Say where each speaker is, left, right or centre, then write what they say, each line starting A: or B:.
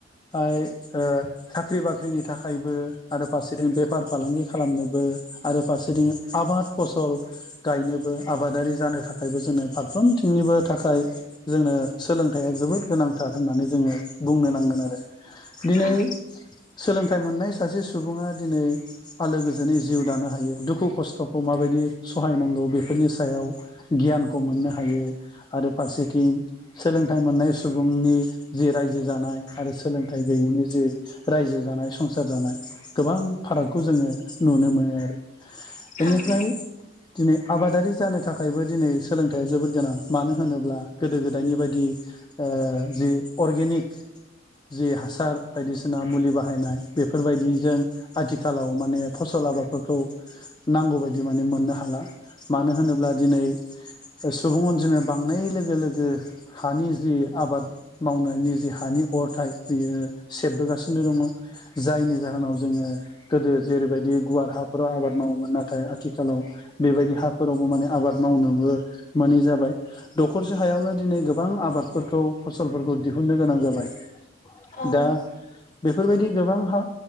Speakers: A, on the left (about 25°); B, on the left (about 45°).
A: थाय ओ साख्रि बाख्रिनि थाखायबो आरो फारसेथिं बेफार फालांगि खालामनोबो आरो फारसेथिं आबाद फसल गायनोबो आबादारि जानो थाखायबो जोङो फारफ्रोम थिंनिबो थाखायक्ष जोंनो सोलोंथाइया जोबोद गोनांथार होननानै जोङो बुंनो नांगोन आरो दिनै
B: ओं
A: सोलोंथाइ मोननाय सासे सुबुङा दिनै आलो गोजोनै जिउ दानो हायो दुखु खस्थ'खौ माबायदि सहायनांगौ बेफोरनि सायाव गियानखौ मोननो हायो आरो फारसे थिं सोलोंथाइ मोननाय सुबुंनि जि रायजो जानाय आरो सोलोंथाइ गैयैनि जि रायजो जानाय संसार जानाय गोबां फारागखौ जोङो नुनो मोनो आरो बेनिफ्राय
B: ओं ओं
A: दिनै आबादारि जानो थाखायबो दिनै सोलोंथाइया जोबोर गोनां मानो होनोब्ला गोदो गोदायनि बायदि ओ जि अर्गेनिक जि हासार बायदिसिना मुलि बाहायनाय बेफोरबायदिजों आथिखालाव माने फसल लाबारफोरखौ नांगौ बायदि माने मोननो हाला मानो होनोब्ला दिनै सुबुं अनजिमाया बांनाय लोगो लोगो हानि जि आबाद मावनायनि जि हानि अरथाय बियो सेबबोगासिनो नो दं जायनि जाहोनाव जोङो गोदो जेरैबायदि गुवार हाफोराव आबाद मावोमोन नाथाय आथिखालाव बेबायदि हाफोरावबो माने आबाद मावनो बो मोनै जाबाय दखरसे ह सायावनो दिनै गोबां आबादफोरखौ फसलफोरखौ दिहुननो गोनां जाबाय।
B: औ
A: दा बेफोरबायदि गोबां हा